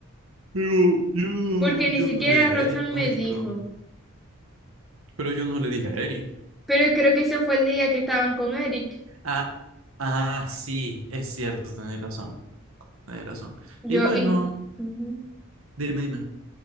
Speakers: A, on the right; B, in the centre.
A: Pero yo no,
B: porque ni
A: yo
B: siquiera
A: no le dije
B: Roxanne
A: a Eric. Ay,
B: me dijo.
A: perdón. Pero yo no le dije a Eric.
B: Pero creo que ese fue el día que estaban con Eric.
A: Ah, ah, sí, es cierto, tenés razón. Tenés razón.
B: Yo
A: Y bueno,
B: y... Ujú.
A: dime, dime.